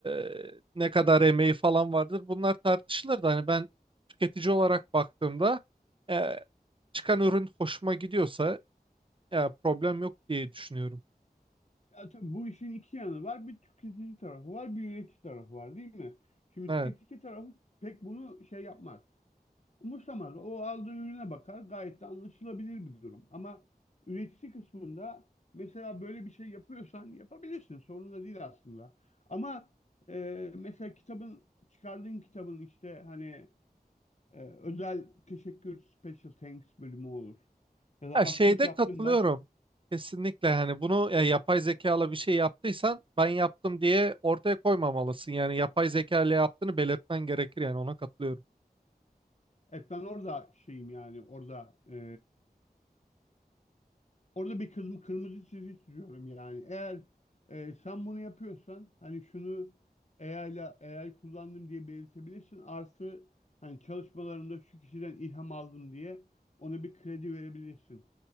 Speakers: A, on the right; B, on the left.
A: e, ne kadar emeği falan vardır. Bunlar tartışılır da hani ben tüketici olarak baktığımda e, çıkan ürün hoşuma gidiyorsa ya problem yok diye düşünüyorum.
B: Ya tabii bu işin iki yanı var. Bir tüketici tarafı var, bir üretici tarafı var değil mi? Şimdi
A: Evet.
B: tüketici tarafı pek bunu şey yapmaz. Umursamaz. O aldığı ürüne bakar. Gayet de anlaşılabilir bir durum. Ama üretici kısmında mesela böyle bir şey yapıyorsan yapabilirsin. Sorun da değil aslında. Ama e, mesela kitabın, çıkardığın kitabın işte hani e, özel teşekkür special thanks bölümü olur. Ya da
A: Ya
B: atıf
A: şeyde
B: yaptığın
A: katılıyorum.
B: başka.
A: Kesinlikle hani bunu ya yapay zekayla bir şey yaptıysan ben yaptım diye ortaya koymamalısın. Yani yapay zeka ile yaptığını belirtmen gerekir yani ona katılıyorum.
B: Evet ben orada şeyim yani orada e, Orada bir kırm- kırmızı çizgi çiziyorum yani. Eğer e, sen bunu yapıyorsan hani şunu AI ile AI kullandım diye belirtebilirsin. Artı hani çalışmalarımda şu kişiden ilham aldım diye ona bir kredi verebilirsin.